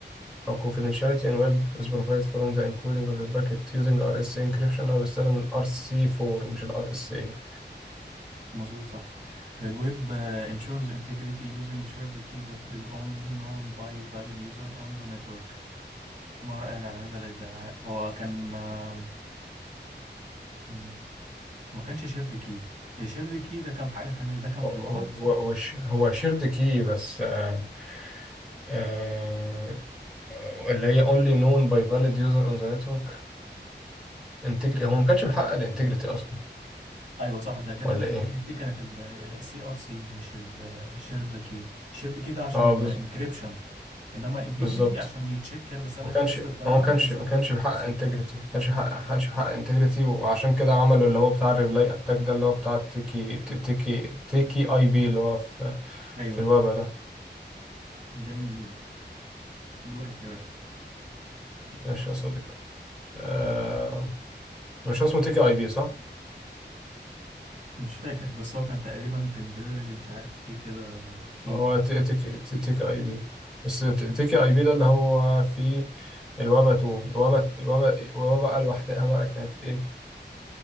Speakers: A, in the centre; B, on the right.
A: أو confidentiality in web is provided from the encoding of the packet using RSA encryption هو بيستخدم ال RC4 مش ال RSA
B: مظبوط صح الويب uh, ensures integrity using shared key that is only known by valid user on the network ما رأيك على هذا الادعاء هو كان آه، م- ما كانش شيرد كي الشيرد كي ده كان في حاجة تانية ده كان
A: هو
B: في الوبا صح
A: هو هو شيرد كي بس آه آه آه، اللي هي only known by valid user on the network انتجري هو ما كانش بيحقق الانتجريتي اصلا
B: ايوه صح ده كده
A: ولا
B: الانتجريتي
A: ايه
B: دي كانت السي ار سي مش الشيرد كي الشيرد كي ده عشان
A: اه بز...
B: انكريبشن انما انتجريتي
A: بالظبط
B: عشان يتشيك الرسالة
A: ما
B: دي
A: كانش
B: وصلت
A: هو
B: تمام
A: ما كانش
B: كان يستخدم
A: ما كانش
B: السي
A: بيحقق
B: ار سي
A: انتجريتي ما كانش بيحقق ما كانش بيحقق انتجريتي وعشان كده عملوا اللي هو بتاع الريبلاي اتاك ده اللي هو بتاع التيكي ت- تيكي تيكي اي بي اللي هو في
B: ايوه
A: في الويب ده
B: جميل جدا دورك يا باشا
A: ماشي يا صديقي آه... مش هو اسمه تيكي اي بي صح
B: مش فاكر بس هو كان تقريبا تمبريرلي مش عارف ايه كده كي
A: هو تي- تيكي ت- تيكي اي بي بس ت-
B: مهم.
A: تيكي اي بي ده اللي هو فيه الوبا 2 الوبا الوبا الوبا بقى لوحدها بقى كانت ايه